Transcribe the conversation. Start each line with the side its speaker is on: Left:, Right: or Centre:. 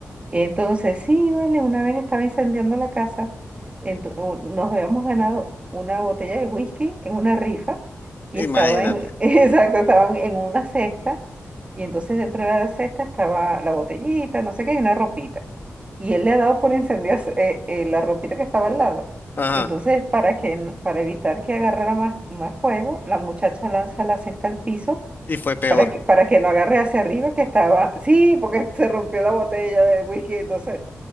Right: Y entonces, sí, vale, una vez estaba incendiando la casa, ento- un- nos habíamos ganado una botella de whisky en una rifa y
Left: Imagínate.
Right: estaba en, <laughs> exacto, estaban en una cesta y entonces dentro de la cesta estaba la botellita, no sé qué, y una ropita. Y él le ha dado por incendiar eh, eh, la ropita que estaba al lado.
Left: Ajá,
Right: Y entonces, para que, no- para evitar que agarrara más, más fuego, la muchacha lanza la cesta al piso
Left: y fue peor.
Right: para que, para que no agarre hacia arriba que estaba, sí, porque se rompió la botella de whisky, entonces